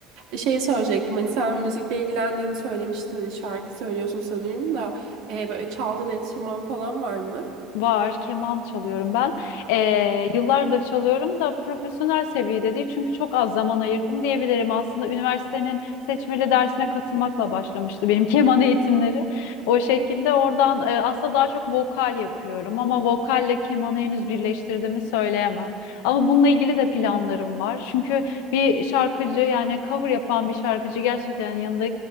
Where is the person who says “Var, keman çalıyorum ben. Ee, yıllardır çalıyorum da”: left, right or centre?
Left